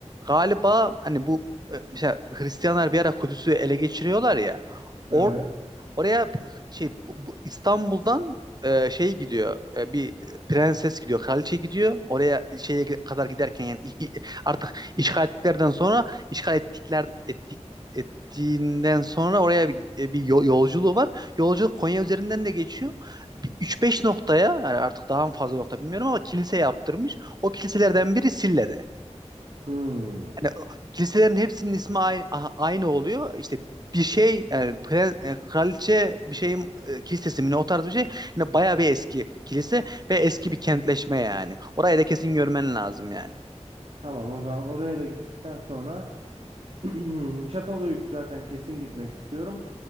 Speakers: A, on the right; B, on the right.
A: galiba hani bu e, mesela Hristiyanlar bir ara Kudüs'ü ele geçiriyorlar ya.
B: Evet.
A: Or oraya şey bu- bu İstanbul'dan e, şey gidiyor. e, bir prenses gidiyor, kraliçe gidiyor. Oraya şeye gi- kadar giderken yani i- i- artık işgal ettiklerden sonra işgal ettikler ettik ettiğinden sonra oraya bir, e, bir yol- yolculuğu var. Yolculuk Konya üzerinden de geçiyor. Bir 3-5 noktaya yani artık daha mı fazla nokta bilmiyorum ama kilise yaptırmış. O kiliselerden biri Sille'de.
B: Hmm.
A: Hani o- kiliselerin hepsinin ismi aynı, a- aynı oluyor. İşte bir şey yani pre, e, kraliçe bir şeyin e, kilisesi mi ne o tarz bir şey. Hani bayağı bir eski kilise ve eski bir kentleşme yani. Orayı da kesin görmen lazım yani.
B: Tamam o zaman oraya da gittikten sonra <clears throat> Çatalhöyük zaten kesin gitmek istiyorum.